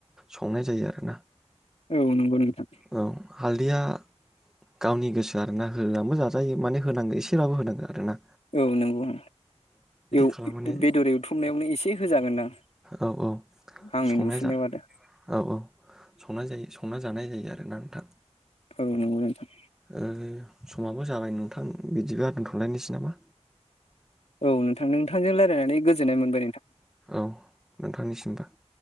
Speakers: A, in the centre; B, on the left (about 65°).
A: संनाय जायो आरोना।
B: औ नंगौ नोंथां।
A: औ हालदैया गावनि गोसो आरोना होनानैबो जाजायो माने होनांगौ एसेब्लाबो होनांगौ आरो ना।
B: औ नंगौ एव
A: खालामनानै
B: बेदर एवथ्रमनायावनो एसे होजागोनदां
A: औ औ
B: आंनि
A: संनाय
B: नुफिनायाव
A: जा
B: आदा।
A: औ औ संना जायो संना जानाय जायो आरोना नोंथां।
B: औ नंगौ नोंथां।
A: ओ समाबो जाबाय नोंथां बिदिबो दोनथलायनोसै नामा?
B: औ नोंथां नोंथांजों लायरायनानै गोजोननाय मोनबाय नोंथां।
A: औ नोंथांनिसिम बो।